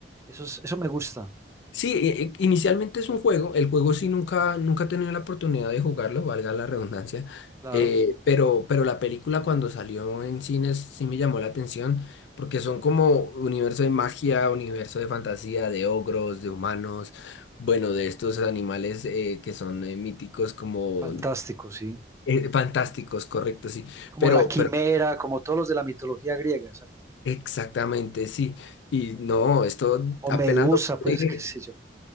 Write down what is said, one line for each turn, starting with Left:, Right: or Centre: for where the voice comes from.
Right: Eso es- eso me gusta,
Left: Sí, eh, eh, inicialmente es un juego, el juego sí nunca, nunca he tenido la oportunidad de jugarlo, valga la redundancia,
Right: claro.
Left: eh, pero, pero la película cuando salió en cines sí me llamó la atención porque son como universo de magia, universo de fantasía,
Right: Mm,
Left: de ogros, de humanos, bueno, de estos animales eh, que son eh, míticos como
Right: Fantástico, sí.
Left: eh, fantásticos, correcto, sí,
Right: Como
Left: pero,
Right: la quimera,
Left: pero
Right: como todos los de la mitología griega, exacto.
Left: exactamente, sí, y no, esto
Right: O
Left: apenas...
Right: Medusa,
Left: lo-
Right: pues,
Left: eh,
Right: <laughs> qué sé yo.